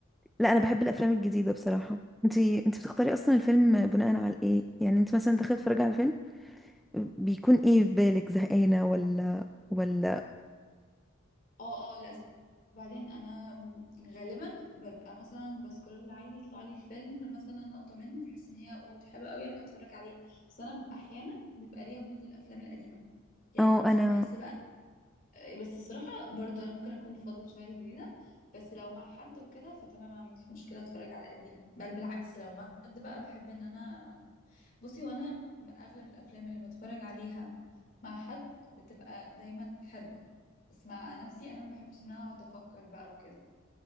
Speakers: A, in the centre; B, on the left (about 45°).
A: لا انا بحب الافلام الجديده بصراحه انتي انتي بتختاري اصلا الفيلم بناء على ايه يعني انت مثلا داخله تتفرجي على الفيلم بيكون ايه في بالك زهقانه ولا ولا
B: اه اه لا وبعدين انا غالبا ببقى مثلا بسكرول عادي يطلع لي الفيلم مثلا لقطه منه فحس ان هي واو دي حلوه قوي انا هتفرج عليه بس انا ببقى احيانا بيبقى ليا مود للافلام القديمه يعني
A: اه انا
B: بحس بقى بس الصراحه برضو انا ممكن اكون بفضل شويه الجديده بس لو مع حد وكده فتمام ما عنديش مشكله اتفرج على قديمه بل بالعكس لو مع حد بقى بحب ان انا بصي وانا اغلب الافلام اللي بتفرج عليها مع حد بتبقى دايما حلوه بس مع نفسي انا ما بحبش ان انا اقعد افكر بقى وكده